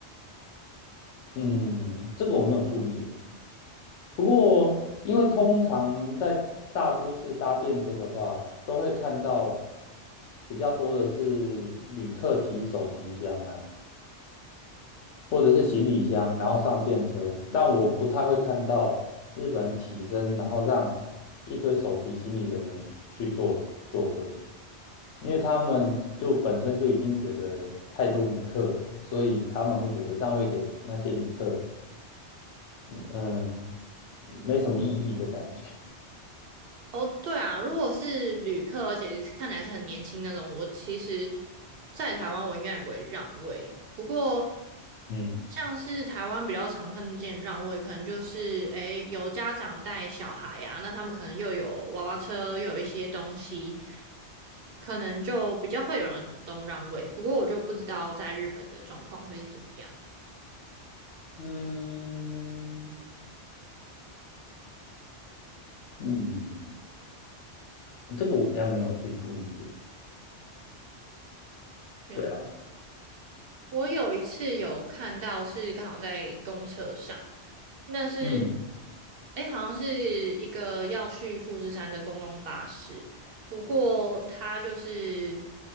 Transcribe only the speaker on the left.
嗯，这个我没有注意耶不过，因为通常在大都市搭电车的话，都会看到比较多的是旅客提手提箱啊，或者是行李箱，然后上电车，让我不太会看到日本人起身，然后让一堆手提行李的人去坐座位，因为他们就本身就已经觉得太多旅客了，所以他们会觉得让位给那些旅客，嗯，没什么意义的感觉，
<laughs> 嗯。
嗯嗯，这个我比较没有去注意耶
对啊，
嗯